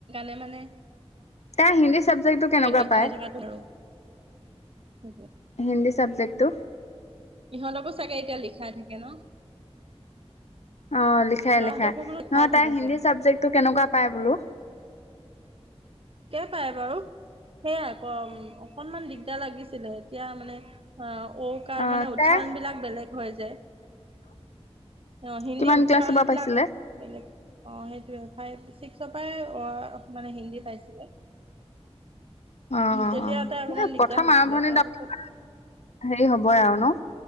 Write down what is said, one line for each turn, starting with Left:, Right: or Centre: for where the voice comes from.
Right: এনে মানে
Left: তাই হিন্দী চাবজেক্টটো কেনেকুৱা
Right: সেই লিখাই
Left: পায়
Right: থকাটো আৰু সেইটোৱে
Left: হিন্দী চাবজেক্টটো
Right: ইহঁতকো চাগে এতিয়া লিখাই থাকে ন
Left: অ লিখাই
Right: ল'ৰাহঁতকো
Left: লিখাই
Right: বোলো লিখাই
Left: নহয়
Right: থাকে
Left: তাই হিন্দী
Right: চাগে
Left: চাবজেক্টটো কেনেকুৱা পাই বোলো
Right: পাইবাৰু সেয়াই অকনমান দিগদাৰ লাগিছিলে এতিয়া মানে অহঁ ঔ কাৰ
Left: অ
Right: মানে উচ্চাৰণ
Left: তাই
Right: বিলাক বেলেগ হয় যে অ হিন্দী
Left: কিমান
Right: উচ্চাৰণ
Left: ক্লাছৰ পৰা
Right: বিলাক
Left: পাইছিলে
Right: বেলেগ অ সেইটোএ ফাইভ ছিক্সৰ পৰাই অহ মানে হিন্দী পাইছিলে
Left: অ অ অ
Right: তেতিয়া তাই অকমান দিগদাৰ
Left: প্ৰথম
Right: হৈছিলে
Left: আৰম্ভণি
Right: তাৰপিছত
Left: অকনমান হেৰি হবই আৰু ন